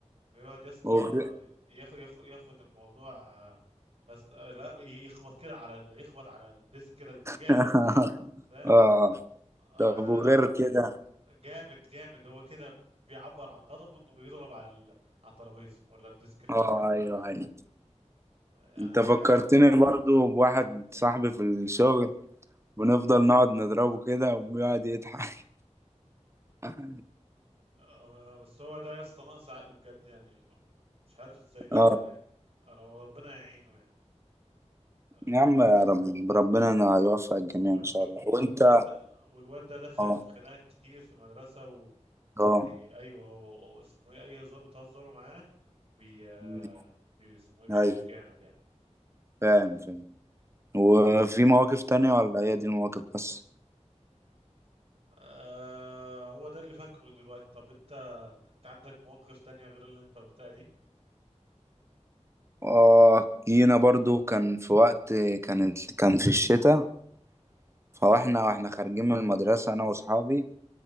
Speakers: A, on the right (about 55°); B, on the right (about 20°).
A: يقعد يا اسطى
B: وغ-
A: ياخد ياخد ياخد الموضوع آه، أست... آه، لا يخبط كده على ال... يخبط على الديسك كده جامد
B: <laughs>
A: فاهم
B: اه
A: آه،
B: طب وغير كده
A: جامد جامد هو كده بيعبر عن غضبه انه بيضرب على ال... على الترابيزه ولا الديسك اللي
B: اه
A: كان قاعد
B: ايوه
A: عليه
B: ايوه
A: يعني
B: انت
A: حاجه
B: فكرتني برضو بواحد صاحبي في الشغل بنفضل نقعد نضربه كده وبيقعد يضحك <laughs>
A: آه، بس هو ده يا اسطى ناقص عقل بجد يعني مش عارف ازاي دخل
B: اه
A: يعني ربنا يعينه يعني آه،
B: يا عم يا رب ربنا انا يوفق الجميع
A: وال-
B: ان شاء
A: وال-
B: الله
A: والواد
B: وانت
A: ده والواد ده دخل
B: اه
A: في خناقات كتير في المدرسة
B: اه
A: يعني ايوه هو- هو اسمه ايه اي هزار بتهزروا معاه بي آه،
B: أمم،
A: بي اسمه ايه بيقفش
B: ايوه
A: جامد يعني
B: فاهم فاهم وفي مواقف تانية ولا هي دي المواقف بس
A: آه هو ده اللي فاكره دلوقتي طب انت انت عندك مواقف تانية غير اللي انت قلتها دي
B: اه جينا برضو كان في وقت كانت كان في الشتاء فاحنا واحنا خارجين من المدرسة انا واصحابي